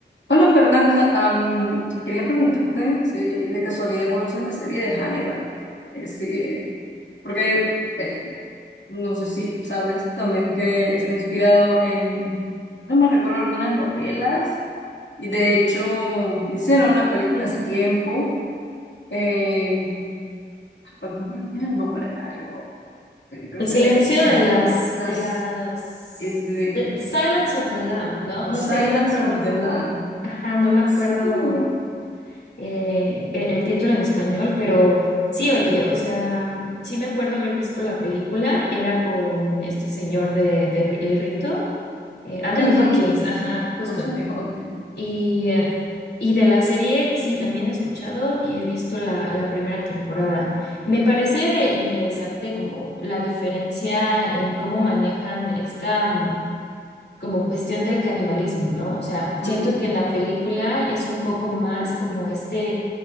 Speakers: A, on the left; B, on the left.
A: Hola Fernanda, Am, quería preguntarte si de casualidad conoces la serie de Hannibal. Eh, sí, porque eh, no sé si sabes también que está inspirado en, no me recuerdo, algunas novelas y de hecho hicieron una película hace tiempo, eh, pues no recuerdo bien el nombre, era algo, eh, creo
B: El silencio
A: que esa-
B: de las,
A: las
B: de las,
A: eh, de
B: the, the Silence of the Lamb, ¿no? No
A: Silence
B: sé, no me acuerdo
A: of the
B: cómo,
A: Land.
B: ajá, no me acuerdo
A: Sí,
B: eh, e- el, título en español, pero sí, oye, o sea, sí me acuerdo haber visto la película, era con este señor de, de Ri- El Rito, eh, Anthony
A: ujú,
B: Hopkins, ajá, justo.
A: Anthony Hopkins.
B: Y, eh, y de la serie, sí, también he escuchado y he visto la, la primera temporada. Me parece interesante como la diferencia en cómo manejan esta mm, como cuestión del canibalismo, ¿no? O sea,
A: Mm,
B: siento que en la película es un poco más como este